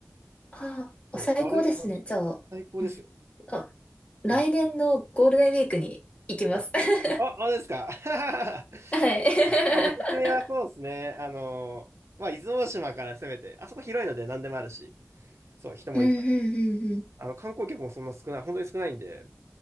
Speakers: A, on the left (about 25°); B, on the right (about 70°).
A: ああ、
B: そう、
A: お最高ですね。
B: 悪いとこなし。
A: じゃあ、
B: 最高ですよ。
A: うん。あ、来年のゴールデンウィークに行きます。
B: うん。はい
A: <laughs>
B: あ、あれですか。<laughs>
A: はい。<laughs>
B: まあおすすめはそうですね。あの、まあ、伊豆大島から攻めて、あそこ広いので何でもあるし、そう、人もいっぱい。
A: うんうんうんうん。
B: あの、観光客もそんな少ない、本当に少ないんで、